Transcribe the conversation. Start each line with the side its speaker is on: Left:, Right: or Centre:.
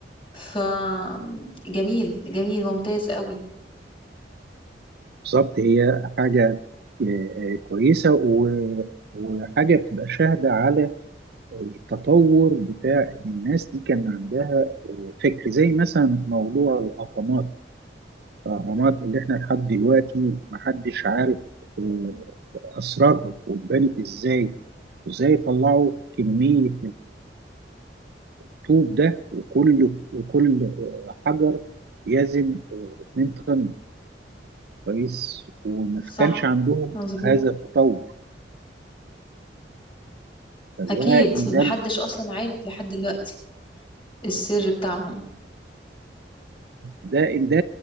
Left: فجميل جميل ممتاز قوي
Right: بالظبط هي حاجه آه، آه، كويسه و- وحاجه بتبقى شاهده على التطور بتاع الناس دي كان عندها آه، فكر زي مثلا موضوع الأهرامات الأهرامات اللي احنا لحد دلوقتي محدش عارف آه، أسرارها واتبنت ازاي وازاي طلعوا كمية الطوب ده وكل وكل آه، حجر يزن آه، 2 طن كويس وما
Left: صح
Right: كانش عندهم
Left: مظبوط
Right: هذا التطور فده
Left: أكيد
Right: إن
Left: محدش
Right: ده
Left: أصلا عارف لحد دلوقتي السر بتاعهم
Right: ده إن ده